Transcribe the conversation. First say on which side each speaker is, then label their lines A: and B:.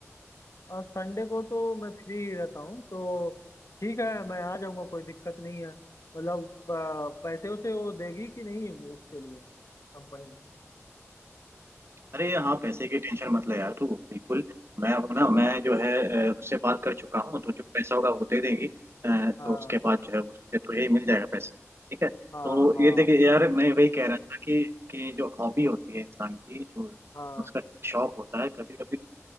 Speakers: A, on the left; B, on the right.
A: और संडे को तो मैं फ्री ही रहता हूँ तो ठीक है मैं आ जाऊँगा कोई दिक्कत नहीं है मतलब अ, पैसे उसे वो देगी कि नहीं उसके लिए कंपनी
B: अरे हाँ पैसे की टेंशन मत ले यार तू बिल्कुल मैं अब ना
A: हाँ
B: मैं जो है अ, उससे बात कर चुका हूँ तो जो पैसा होगा वो दे देगी अ,
A: हाँ
B: तो उसके बाद जो है उससे तुझे ही मिल जाएगा पैसा ठीक है
A: हाँ
B: तो
A: हाँ
B: ये देखिए यार मैं वही कह रहा था कि कि जो हॉबी होती है इंसान की जो
A: हाँ
B: उसका शौक होता है कभी कभी